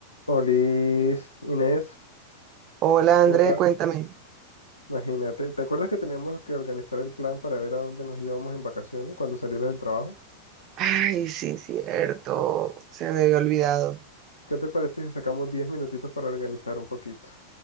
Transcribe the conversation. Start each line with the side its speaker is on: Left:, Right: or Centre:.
Left: Olis, Inés,
Right: Hola
Left: ¿cómo
Right: André,
Left: estás?
Right: cuéntame.
Left: Imagínate, ¿te acuerdas que teníamos que organizar el plan para ver a dónde nos íbamos en vacaciones cuando salieras del trabajo?
Right: Ay, sí, cierto. Se me había olvidado.
Left: ¿Qué te parece si sacamos 10 minutitos para organizar un poquito?